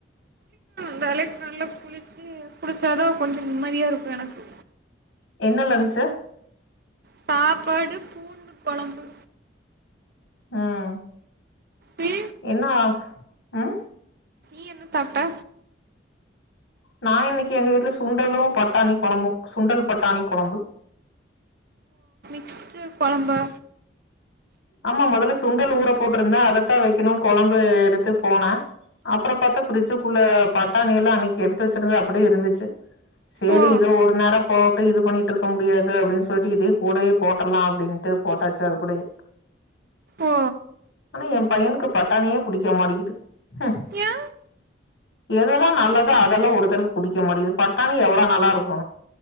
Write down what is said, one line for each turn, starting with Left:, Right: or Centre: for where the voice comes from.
Right: ந்தாலே தல குளிச்சி குளிச்சாதா கொஞ்சொ நிம்மதியா இருக்கு எனக்கு
Left: என்ன லன்ச்சு
Right: சாப்பாடு பூண்டு கொழம்பு
Left: ம்
Right: நீ
Left: என்ன ஆ ம்
Right: நீ என்ன சாப்ட்டா
Left: நா இன்னைக்கு எங்க வீட்ல சுண்டலு பட்டாணி கொழம்பு சுண்டல் பட்டாணி கொழம்பு
Right: ஃபர்ஸ்ட் கொழம்பா
Left: ஆமாமா மொதல்ல சுண்டல் ஊற போட்டுருந்த அதத்தா வெக்கணுனு கொழம்பு எடுத்து போனே அப்றோ பாத்தா ஃபிரிட்ஜுக்குள்ள க பட்டாணி எல்லா அன்னிக்கி எடுத்து வேச்சிருந்தது அப்டியை இருந்துச்சு சேரி
Right: ஓ
Left: இத ஒரு நேரோ போட்டு இது பண்ணிட்டிருக்க முடியாது அப்டின்னு சொல்ட்டு இதயு கூடயே போட்டர்லா அப்டின்ட்டு போட்டாச்சு அது கூடயே
Right: ஓ
Left: ஆனா என் பையனுக்கு பட்டாணியே புடிக்க மாடிகுது ஹ்ம்
Right: ஏ
Left: எதெல்லா நல்லதோ அதெல்லா ஒருத்தருக்கு புடிக்க மாட்டிகுது பட்டாணி எவ்ளோ நல்லா இருக்கு